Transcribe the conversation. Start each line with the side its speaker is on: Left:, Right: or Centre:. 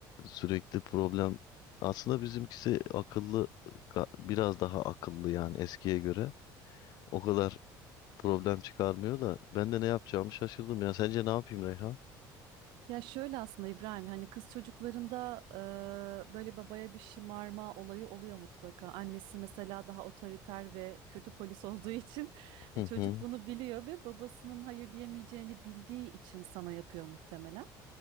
Left: Sürekli problem. Aslında bizimkisi akıllı, ga- biraz daha akıllı yani eskiye göre. O kadar problem çıkarmıyor da ben de ne yapacağımı şaşırdım ya. Sence ne yapayım Reyhan?
Right: Ya şöyle aslında İbrahim hani kız çocuklarında e, böyle babaya bir şımarma olayı oluyor mutlaka. Annesi mesela daha otoriter ve kötü polis olduğu için <laughs>
Left: Hı
Right: çocuk
Left: hı,
Right: bunu biliyor ve babasının hayır diyemeyeceğini bildiği için sana yapıyor muhtemelen.